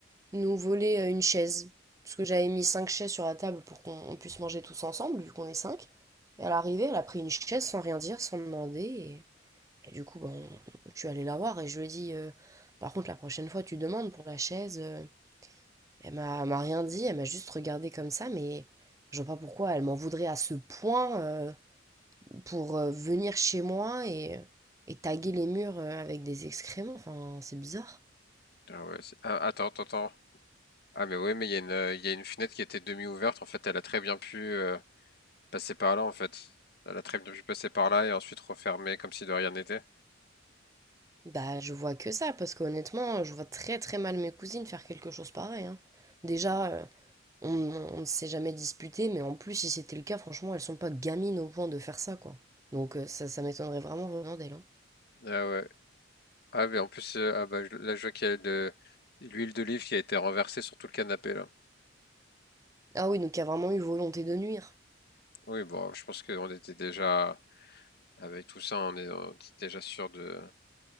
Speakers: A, on the right; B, on the left.
A: nous voler euh, une chaise. Parce que j'avais mis cinq chaises sur la table pour qu'on puisse manger tous ensemble, vu qu'on est cinq. Et à l'arrivée, elle a pris une chaise sans rien dire, sans demander. Et et du coup, ben, je suis allée la voir et je lui ai dit, euh, par contre, la prochaine fois, tu demandes pour la chaise. euh. Elle m'a elle m'a rien dit, elle m'a juste regardée comme ça, mais je vois pas pourquoi elle m'en voudrait à ce point euh, pour euh, venir chez moi et, et taguer les murs euh, avec des excréments. Enfin, c'est bizarre.
B: Ah ouais, c'est- ah, attends, attends, attends. Ah mais ouais, mais il y a une, euh, il y a une fenêtre qui était demi-ouverte. En fait, elle a très bien pu euh, passer par là. En fait, elle a très bien pu passer par là et ensuite refermer comme si de rien n'était.
A: Bah, je vois que ça, parce qu'honnêtement, je vois très très mal mes cousines faire quelque chose pareil, hein. Déjà, euh, On, on ne s'est jamais disputé, mais en plus, si c'était le cas, franchement, elles sont pas gamines au point de faire ça, quoi. Donc euh, ça, ça m'étonnerait vraiment venant d'elle. hein.
B: Ah ouais. Ah mais en plus, euh, ah bah, je- là je vois qu'il y a de l'huile d'olive qui a été renversée sur tout le canapé là.
A: Ah oui, donc il y a vraiment eu volonté de nuire.
B: Oui, bon, je pense qu'on était déjà avec tout ça, on est, on était déjà sûr de.